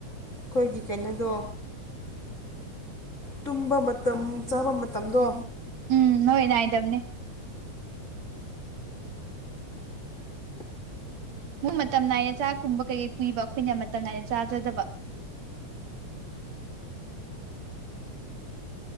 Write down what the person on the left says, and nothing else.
ꯑꯩꯈꯣꯏꯒꯤ ꯀꯩꯅꯣꯗꯣ ꯇꯨꯝꯕ ꯃꯇꯝ ꯆꯥꯕ ꯃꯇꯝꯗꯣ